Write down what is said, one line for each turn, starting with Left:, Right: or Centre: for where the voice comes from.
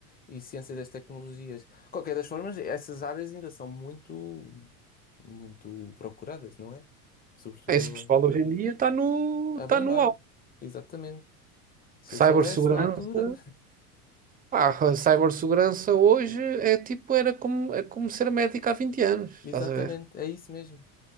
Left: e ciência das tecnologias. De qualquer das formas, essas áreas ainda são muito, muito procuradas, não é? Sobretudo
Right: Esse
Left: agora.
Right: pessoal hoje em dia está no,
Left: A
Right: está
Left: bombar,
Right: no alto.
Left: exatamente. Se
Right: Cybersegurança,
Left: eu soubesse na altura,
Right: pá, a cibersegurança hoje é tipo, era como, é como ser médico há 20 anos,
Left: exatamente,
Right: estás a ver?
Left: é isso mesmo.